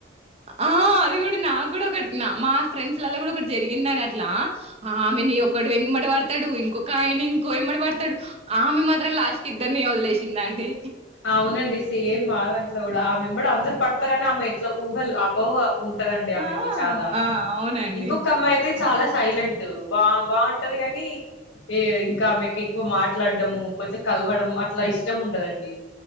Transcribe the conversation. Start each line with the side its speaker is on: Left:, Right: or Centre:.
Right: ఆ అది కూడా నాక్కూడా ఒక నాక్ మా ఫ్రెండ్స్ లల్లా కూడా ఒకటే జరిగిందని అట్లా ఆమెని ఒకడు ఎంబడువడుతడు. ఒక ఆయన ఇంకోయమ్మడి పడతడు. ఆమె మాత్రం లాస్ట్కిద్దరిని వదిలేసిందండి.
Left: అవునండి సేమ్ మా దాంట్లో కూడా ఆమే ఎంబడి అందర్ పడతరని ఆమె ఎట్ల ఊహల్ అపోహ ఉం టదండి ఆమెకి
Right: ఆ
Left: చాలా
Right: ఆ అవునండి
Left: ఇంకొక్కఅమ్మాయి అయితే చాలా సైలెంట్ బా బబాంటది కానీ ఏ ఇంక ఆమేకు ఎక్కువ మాట్లాడ్డము కొంచెం కలవడం అట్ల ఇష్టం ఉండదండి.